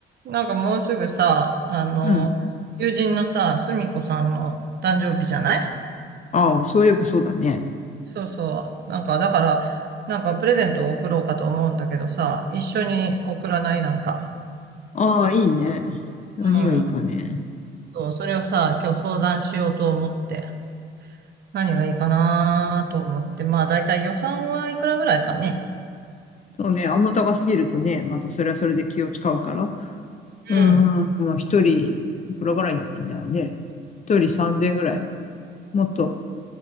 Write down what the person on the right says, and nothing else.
なんかもうすぐさ、あの、
友人のさ、すみこさんの誕生日じゃない
そうそう。なんか、だから、なんかプレゼントを送ろうかと思うんだけどさ、一緒に送らないなんか。
うん。そう、それをさ、今日相談しようと思って、何がいいかなと思って、まあ、だいたい予算はいくらぐらいかね。
うん。